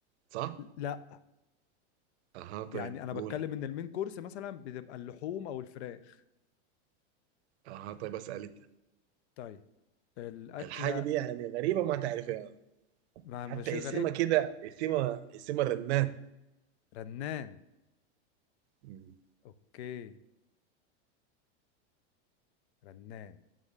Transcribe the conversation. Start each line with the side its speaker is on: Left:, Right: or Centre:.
Right: صح
Left: لا
Right: أها طيب
Left: يعني انا بتكلم
Right: قول
Left: ان المين كورس مثلا بتبقى اللحوم او الفراخ
Right: أها طيب أسأل أنت
Left: طيب الاكله
Right: الحاجة دي يعني غريبة ما تعرفها
Left: ما
Right: حتى
Left: ما شيء
Right: اسمها
Left: غريب
Right: كده اسمها اسمها رنان
Left: رنان
Right: مم.
Left: اوكي رنان